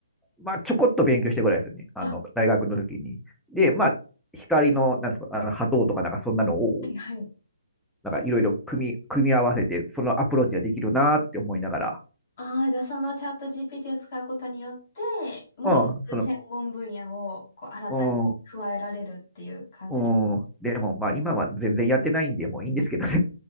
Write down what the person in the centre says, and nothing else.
まあ、ちょこっと勉強してぐらいですよね。あの、
大学の時に。で、まあ、光の、なんですか、あの波動とかなんかそんなのを、
なんかいろいろ組み、組み合わせて、そのアプローチができるなって思いながら、
うん、その、うん、うん、でもまあ今は全然やってないんで、もういいんですけどね。